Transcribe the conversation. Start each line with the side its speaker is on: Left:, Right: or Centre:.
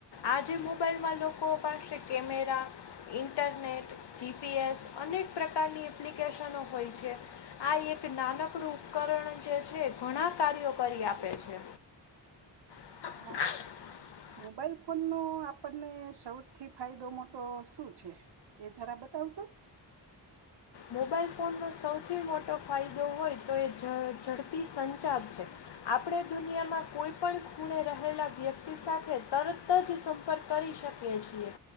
Left: આ જેે મોબાઈલમાં લોકો પાસે કેમેરા, ઇન્ટરનેટ, જીપીએસ અનેક પ્રકારની એપ્લિકેશનો હોય છે. આ એક નાનકડું ઉપકરણ જે છે ઘણા કાર્યો કરી આપે છે. <inaudible>
Right: હા મોબાઈલ ફોનનો આપણને સૌથી ફાયદો મોટો શું છે એ જરા બતાવશો?
Left: મોબાઈલ ફોનનો સૌથી મોટો ફાયદો હોય તો એ ઝ ઝડપી સન ચાર છે આપણે દુનિયામાં કોઈ પણ ખૂણે રહેલા વ્યક્તિ સાથે તરત જ સંપર્ક કરી શકીએ છીએ.